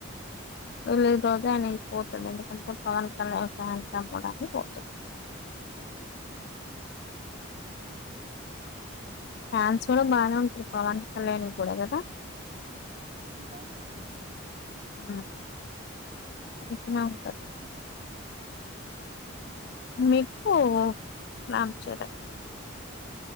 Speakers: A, on the left; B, on the right.
A: వెళ్లిన రోజే ఆయన ఇంటికి పోతడు ఎందుకంటే పవన్ కళ్యాణ్ ఫ్యాన్ తమ్మడానికి పోతడు ఫ్యాన్స్ కూడా బాగానే ఉంటారు పవన్ కళ్యాణ్ కూడా కదా
B: ఉమ్ బానే ఉన్నారండి
A: ఉమ్ <unintelligible> నిప్పు రామ్ చరణ్